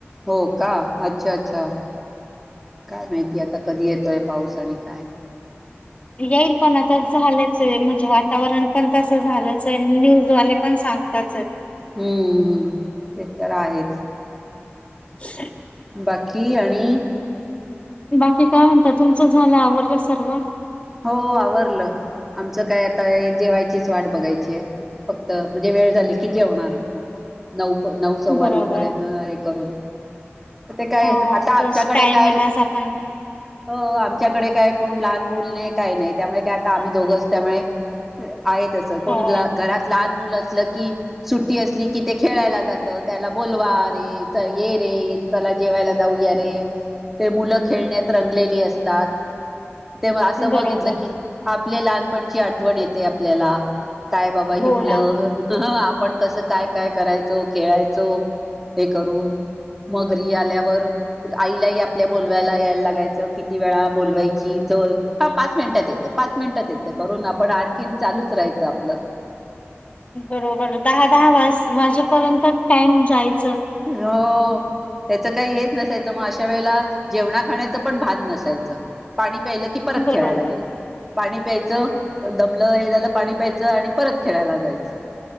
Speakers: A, in the centre; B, on the left.
A: हो का अच्छा अच्छा काय माहिती आता कधी येतोय पाऊस आणि काय
B: येईल पण आता झालंचए म्हणजे वातावरण पण तसं झालंचए आहे न्यूज वाले पण सांग सांगताचत
A: हम्म हम्म ते तर आहे
B: स्््
A: बाकी आणि
B: बाकी काय म्हणत तुमचं झालं आवरलं सर्व
A: हो आवरलं आमचं काय आता जेवायचीच वाट बघायची आहे फक्त म्हणजे वेळ झाली की जेवणार नऊ नऊ सव्वा
B: बरोबर.
A: नऊ पर्यंत हे करून ते काय
B: हा
A: आता आमच्याकडे
B: तोच टाईम
A: काय
B: आहे माझा पण
A: हो आ आच्याकडे काय कोण लहान मूल नाही काय नाही त्यामुळे काय आता आम्ही दोघंच त्यामुळे आहेत तस कोण
B: हो
A: घरात लहान मु अस की सुट्टी असली कि ते खेळायला जात त्याला बोलवा रे ये रे ला जेवायला जाऊ या रे ते मुलं खेळण्यात रंगलेली असतात तेव्हा असं
B: बरोबर.
A: बघितलं की आपले लहानपणची आठवण येते आपल्याला काय बाबा ही
B: हो
A: मुलं
B: ना.
A: आपण कसं काय काय करायचो खेळायचो हे करून म घरी आल्यावर आईलाही आपल्या बोलवायला यायला लागायचं किती वेळा बोलवायची चल हा पाच मिनिटात येतं पाच मिनिटात येतं करून आपण आणखीन चालूच राहायचं आपलं
B: बरोबर दहा दहा वा वाजेपर्यंत टाइम जायच
A: हो त्याच काही हे न मग अशा वेळेला जेवणा खाचं पण भ नसायच पा की परत
B: बरोबर.
A: खेळायला गेलं पा प्यायचं दमलं हे झालं पाणी प्यायचं आणि परत खेळायला जायचं